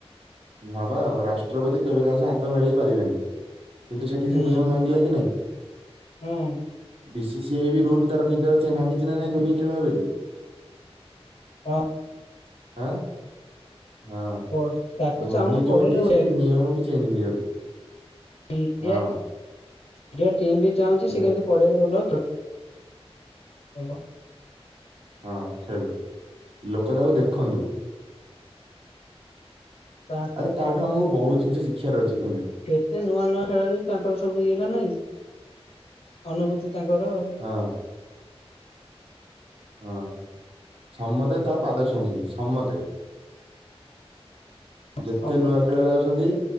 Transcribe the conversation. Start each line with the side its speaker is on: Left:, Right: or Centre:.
Right: ହଁ ବାଉ ରାଷ୍ଟ୍ରପତି କେବେ କାହା ସ ତ ମିଳେଇ ପାରିବେନି କିନ୍ତୁ ସେଠି
Left: ହୁଁ
Right: ସେ ନିୟମ ଭାଙ୍ଗିଲା କି ନହିଁ?
Left: ହଁ।
Right: ବି ସି ସି ଆଇ ବି ରୁଲ ତାର ନିଜର ଭାଙ୍ଗିଛି ନାହିଁ ଧୋନି ଖେଳ ବୋଲି।
Left: ହଁ।
Right: ଆଁ ହଁ।
Left: <unintelligible>
Right: ଧୋନି ଯୋଉଠି
Left: ପଡିଆରେ ଓଳେଇବାକୁ
Right: ସେଠି ନିୟମ ବି ଚେଞ୍ଜ ହେଇଯାଉଛି।
Left: ଇଡ଼ିଆ
Right: ହଁ
Left: ଟିମ୍ ବି ଚାହୁଁଛି ସେ
Right: ରା-
Left: କେମତି। <unintelligible>
Right: ହଁ ଖେଳୁ ଲୋକ ତାକୁ ଦେଖନ୍ତୁ।
Left: ତା
Right: ଆରେ ତାଠୁ ଆମକୁ ବହୁତ ଜିନିଷ ଶିଖିବାର ଅଛି ଧନୀକୁ।
Left: ଏତେ ନୂଆ ନୂଆ ଖେଳାଳି ତାଙ୍କର ସବୁ ଇଏ ନା ନାଇଁ ଅନୁଭୂତି ତାଙ୍କର ଆଉ।
Right: ହଁ। ହଁ ସମତେ ତା ପାଦ ଛୁଉଁଛନ୍ତି ସମତେ। ଯେତେ
Left: ସମସ୍ତେ
Right: ନୂଆ ଖେଳା ଲାଗୁଛନ୍ତି